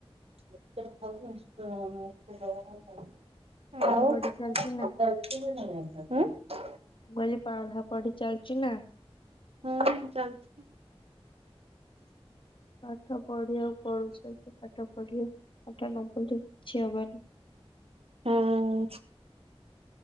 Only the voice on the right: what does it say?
<unintelligible> ହଲୋ।
<unintelligible>
ହଁ ଚାଲିଛି।
ହଁ।